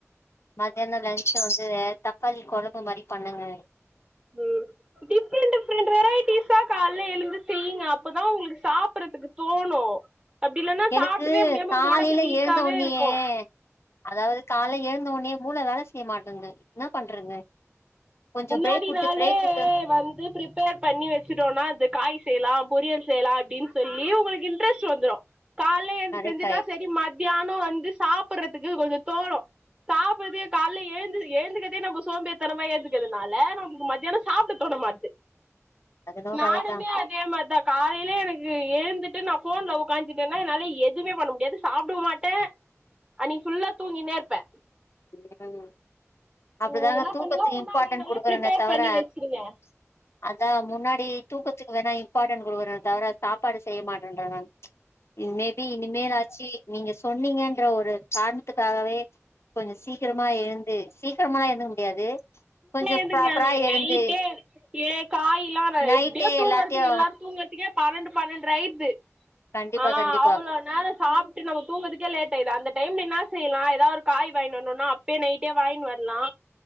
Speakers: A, on the left (about 60°); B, on the right (about 20°).
A: மத்தியானோ லன்சு வந்து தக்காளி கொழம்பு மாரி பண்ணுங்க
B: ம் டிஃரெண்ட் டிஃரெண்ட் வெரைட்டீஸ்ஸா கால்ல எழுந்து செய்ங்க அப்பதா உங்களுக்கு சாப்பறதுக்கு தோணு அப்டி இல்லனா
A: எனக்கு
B: சாப்டவே முடியாம
A: காலையில
B: ஒடம்பு வீக்காவே
A: எழுந்த ஒன்னயே
B: இருக்கு
A: அதாவது கால எழுந்த ஒன்னே மூள வேல செய்ய மாட்டன்து என்னா பண்றது கொஞ்சோ
B: முன்னாடி
A: பிரேக் விட்டு
B: நாளே
A: பிரேக் விட்டு
B: வந்து பிரி பிரிப்பேர் பண்ணி வச்சுட்டோம்னா அது காய் செய்யலாம் பொரியல் செய்யலாம் அப்டின்னு சொல்லி உங்களுக்கு இன்ட்ரெஸ்ட் வந்துரும் காலே எந்து
A: கரெக்ட்
B: செஞ்சுட்டா
A: கரெக்ட்
B: செரி மத்யானம் வந்து சாப்டுறதுக்கு கொஞ்சோ தோணும் சாப்டுறதே காலே ஏந்து ஏந்துக்கதே நம்ம சோம்பேறிதனமா ஏந் <unintelligible> நமளுக்கு மத்யானம் சாப்ட தோனமாட்து
A: அது என்னவோ
B: நானுமே
A: கரெக்ட் தா
B: அதே மாரிதா காலையிலே எனக்கு ஏந்துட்டு நான் போன்ல ஓக்காந்துட்டேனா என்னால எதுவுமே பண்ண முடியாது சாப்டவு மாட்டேன் அன்னைக்கு ஃபுல்லா தூங்கினே இருப்பே
A: <unintelligible> அப்டிதாங்க
B: ம் என்ன
A: தூக்கத்துக்கு
B: பண்ணுங்க முன்னாடி
A: இம்பார்ட்டன்ட்
B: நாளே
A: குடுக்குறனே
B: ப்ரிப்பேர்
A: தவிர
B: பண்ணி வச்சிருங்க
A: அதா முன்னாடி தூக்கத்துக்கு வேணா இம்பார்ட்டன் கொடுக்குறனே தவிர சாப்பாடு செய்ய மாட்டேன்றான் மேபி இனிமேலாச்சு நீங்க சொன்னீங்கன்ற ஒரு காரணத்துக்காகவே கொஞ்சம் சீக்கிரமா எழுந்து சீக்கிரமாலா எழுந்துக்க முடியாது கொஞ்சொ
B: எதுக்கு
A: ப்ராப்பரா
B: வேணா
A: எழுந்து
B: நைட்டே ஏ காய்லாம் ந
A: நைட்டே
B: எப்டியோ தூங்கறதுக்கு
A: எல்லாத்தையு
B: எல்லாரு தூங்குறதுக்கே பன்னெண்டு பன்னெண்டுர ஆயிது
A: கண்டிப்பா
B: ஆ
A: கண்டிப்பா
B: அவ்ளோ நேரம் சாப்ப நம்ம தூங்கதுக்கே லேட் ஆய்து அந்த டைம்ல என்ன செய்யலா ஏதாவது காய் வாங்கின்னு வரும்னா அப்டியே நைட்டே வாங்கினு வரலா